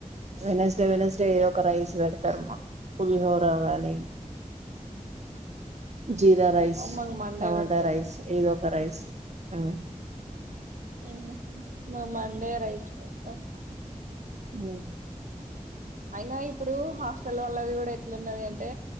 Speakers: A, on the right (about 55°); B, on the right (about 75°).
A: వెనస్డే వెనస్డే ఏ ఒక రైస్ వెడతరు మాకు పులిహోర గాని జీరా రైస్,
B: మాకు మండే
A: టమాటా
B: పెడతారు
A: రైస్ ఏదో ఒక రైస్ ఉం
B: ఊహు మాద్ మండే రైస్ బల్ గంత
A: ఊమ్
B: అయినా ఇప్పుడు హాస్టల్ వల్లది గూడా ఎప్ ఎట్లున్నది అంటే